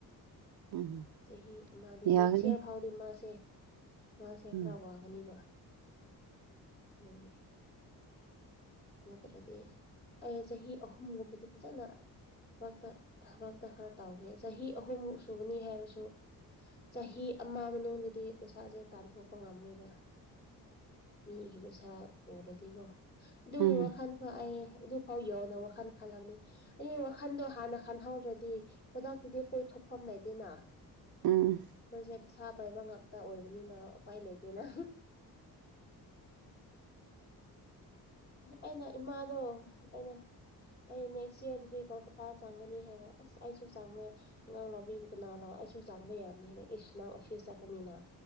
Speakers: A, on the right; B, on the left.
A: ꯎꯝ
B: ꯆꯍꯤ ꯃꯥꯗꯤ
A: ꯌꯥꯒꯅꯤ
B: ꯅꯦꯛꯁ ꯏꯌꯥꯔ ꯐꯥꯎꯗꯤ ꯃꯥꯁꯦ ꯃꯥꯁꯦ
A: ꯎꯝ
B: ꯍꯔꯥꯎꯕ ꯑꯅꯤꯕ ꯑꯗꯨꯒꯤ ꯅꯠꯇ꯭ꯔꯗꯤ ꯑꯩ ꯆꯍꯤ ꯑꯍꯨꯝꯒꯨꯝꯕꯗꯤ ꯐꯖꯅ ꯊꯕꯛ ꯊꯕꯛꯇ ꯈꯔ ꯇꯧꯒꯦ ꯆꯍꯤ ꯑꯍꯨꯝꯃꯨꯛ ꯁꯨꯒꯅꯤ ꯍꯥꯏꯔꯁꯨ ꯆꯍꯤ ꯑꯃ ꯃꯅꯨꯡꯗꯗꯤ ꯄꯩꯁꯥꯁꯦ ꯇꯥꯟꯊꯣꯛꯄ ꯉꯝꯃꯣꯏꯕ ꯃꯤꯒꯤ ꯄꯩꯁꯥ ꯎꯔꯗꯤꯀꯣ ꯑꯗꯨꯒꯤ
A: ꯎꯝ
B: ꯋꯥꯥꯟ ꯍ ꯑꯩ ꯑꯗꯨꯐꯥꯎ ꯌꯧꯅ ꯋꯥꯈꯜ ꯈꯜꯂꯕꯅꯤ ꯑꯩ ꯋꯥꯈꯟꯗꯣ ꯍꯥꯟꯅ ꯈꯟꯍꯧꯗ꯭ꯔꯗꯤ ꯈꯨꯗꯛꯇꯗꯤ ꯀꯣꯏꯊꯣꯛꯐꯝ ꯂꯩꯇꯦꯅ
A: ꯎꯝ
B: ꯑꯩꯈꯣꯏꯁꯦ ꯄꯩꯁꯥ ꯄꯥꯏꯕ ꯉꯥꯛꯇ ꯑꯣꯏꯕꯅꯤꯅ ꯎꯄꯥꯏ ꯂꯩꯇꯦꯅ ꯑꯩꯅ ꯏꯃꯥꯗꯣ ꯑꯩꯅ ꯑꯩ ꯅꯦꯛꯁ ꯌꯌꯥꯔꯗꯗꯤ ꯀꯣꯜꯀꯇꯥꯗ ꯆꯪꯒꯅꯤ ꯍꯥꯏꯕ ꯑꯁ ꯑꯩꯁꯨ ꯆꯪꯕꯏ ꯉꯉꯥꯡ ꯂꯧꯕꯕꯤꯕꯀꯣ ꯅꯍ ꯂꯥꯛꯑꯣ ꯑꯩꯁꯨ ꯆꯥꯡꯕ ꯌꯥꯕꯅꯤꯅ ꯑꯦ ꯅꯪ ꯑꯣꯐꯤꯁ ꯆꯠꯀꯅꯤꯅ ꯑ